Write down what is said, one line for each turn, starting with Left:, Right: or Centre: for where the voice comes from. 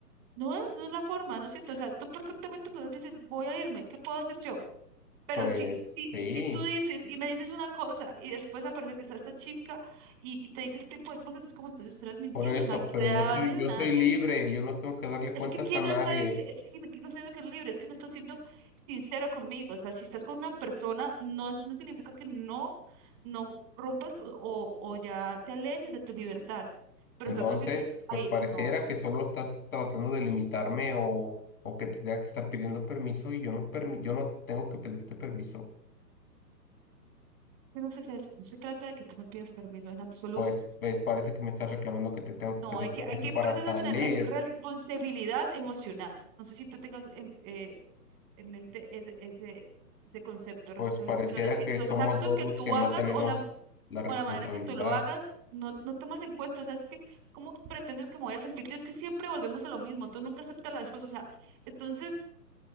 Right: no es, no es la forma, no siento, o sea, tú perfectamente puedes decir, voy a irme, ¿qué puedo hacer yo? Pero
Left: pues
Right: si, si,
Left: sí,
Right: si tú dices y me dices una cosa y después aparece que está esta chica y, y te dice ese tipo de cosas, es como entonces tú estás mintiendo,
Left: por eso,
Right: o sea, al que
Left: pero
Right: le daba
Left: yo soy,
Right: de
Left: yo
Right: nada
Left: soy
Right: temes.
Left: libre, yo no tengo que darle
Right: Es
Left: cuentas
Right: que quién
Left: a nadie.
Right: no está, dic- es que quién no está siendo que es libre, es que no está siendo sincero conmigo. O sea, si estás con una persona, no, es- no significa que no, no rompas o, o- o ya te alejes de tu libertad. Pero
Left: Entonces,
Right: estás consciente que, ay,
Left: pues pareciera
Right: no,
Left: que solo estás tratando de limitarme o, o que te tenga que estar pidiendo permiso y yo no permi- yo no tengo que pedirte permiso.
Right: que no se hace eso. No se trata de que tú me pidas permiso en absoluto.
Left: Pues, pues parece que me estás reclamando que te tengo que
Right: No,
Left: pedir
Right: hay
Left: permiso
Right: que, hay que
Left: para
Right: pretender
Left: salir.
Right: tener eh, responsabilidad emocional. No sé si tú tengas en, eh, en mente ese, ese, ese concepto. Responsabilidad
Left: Pues pareciera
Right: emocional es que
Left: que
Right: los
Left: somos
Right: actos
Left: dos
Right: que
Left: los
Right: tú
Left: que no
Right: hagas
Left: tenemos
Right: o la,
Left: la responsabilidad.
Right: o la manera que tú lo hagas, no, no tomas en cuenta. O sea, es que, ¿cómo pretendes que me voy a sentir? Yo es que siempre volvemos a lo mismo. Tú nunca aceptas las cosas. O sea, entonces,